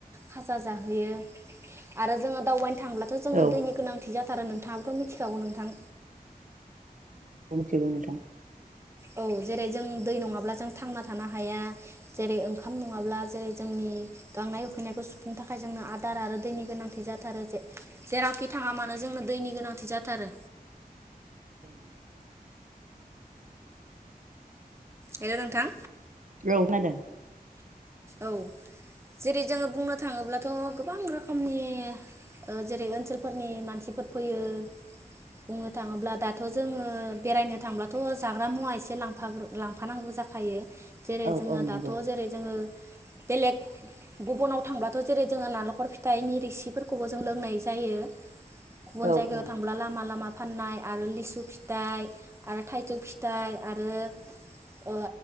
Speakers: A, on the right (about 15°); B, on the right (about 55°).
A: खाजा जाहोयो आरो जोङो दावबायनो थांब्लाथ जोंनो
B: औ
A: दैनि गोनांथि जा था थारो नोंथाङाबोथ मिथिगागौ नों थां
B: थिगौ नोंथां
A: औ जेरै जों दै नङाब्ला जों थांना थानो हाया जेरै ओंखाम नङाब्ला जेरै जोंनि गांनाय उखैनायखौ सुफुंनो थाखाय जोंनो आदार आरो दैनि गोनांथि जाथारो जे जेरावखि थाङा मानो जोंनो दैनि गोनांथि जाथारो
B: औ नंगौ नोंथां
A: हेलौ नोंथां
B: औ खोनादों।
A: औ जेरै जोङो बुंनो थाङोब्लाथ गोबां रोखोमनि ओ जेरै ओनसोलफोरनि मानसिफोर फैयो बुंनो थाङोब्ला दाथ जोङो बेरायनो थांब्लाथ जाग्रा मुवा एसे लांफा लांफानांगौ जाखायो। जेरै
B: औ
A: जोङो
B: औ
A: दाथ'
B: नंगौ
A: जेरै जोङो बेलेग गुबनाव थांबाथ' जेरै जोङो नारेंखर फिथाइनि रिसिफोरखौबो जों लोंनाय जायो। गुबुन
B: औ
A: जायगायाव
B: औ
A: थांब्ला लामा लामा फाननाय आरो लिसु फिथाइ आरो थाइजौ फिथाइ आरो ओ